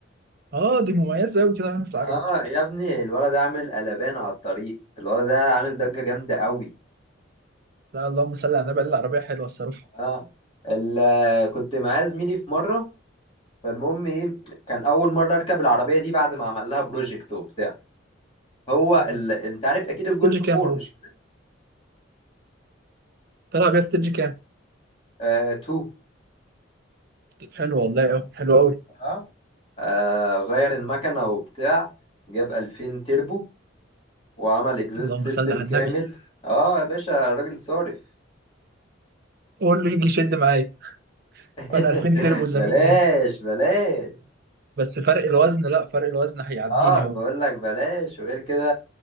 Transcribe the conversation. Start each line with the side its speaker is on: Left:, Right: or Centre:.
Right: اه دي مميزه قوي كده في
Left: اه
Right: العجل
Left: يا ابني الولد ده عامل قلبان على الطريق الولد ده عامل ضجة جامدة قوي
Right: لا اللهم صل على النبي العربيه حلوه الصراحه
Left: اه ال... كنت معاه زميلي في مره فالمهم ايه كان اول مره اركب العربيه دي بعد ما عمل لها بروجكت وبتاع هو
Right: آه.
Left: ال... انت عارف اكيد الجولف
Right: استرجي كام
Left: 4
Right: هو
Left: مش كده
Right: طلع بيها استرجي كام
Left: آه 2
Right: طب حلو والله قوي حلو قوي
Left: اه آه غير المكنه وبتاع جاب 2000 تيربو وعمل اكزيست
Right: اللهم
Left: سيستم
Right: صل على النبي
Left: كامل اه يا باشا الراجل صارف
Right: قول له يجي يشد معايا
Left: <laughs>
Right: فانا 2000 تربو زميل
Left: بلاش
Right: هنا
Left: بلاش
Right: بس فرق الوزن لا فرق الوزن هيعديني
Left: اه
Right: هو
Left: بقول لك بلاش وغير كده